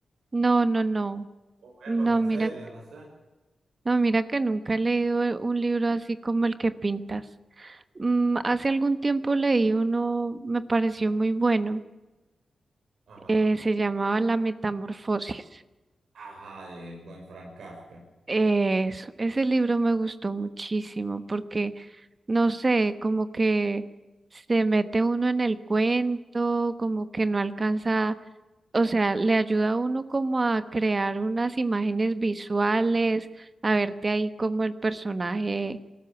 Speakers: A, on the right (about 35°); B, on the right (about 80°).
A: no, no, no.
B: o verlos
A: No,
B: en
A: mira
B: series, no sé.
A: No, mira que nunca he leído un libro así como el que pintas. Mm, hace algún tiempo leí uno, me pareció muy bueno,
B: Ajá.
A: eh, se llamaba La Metamorfosis.
B: Ajá, del buen Frank Kafka.
A: Eso, ese libro me gustó muchísimo porque, no sé, como que se mete uno en el cuento, como que no alcanza, o sea, le ayuda a uno como a crear unas imágenes visuales, a verte ahí como el personaje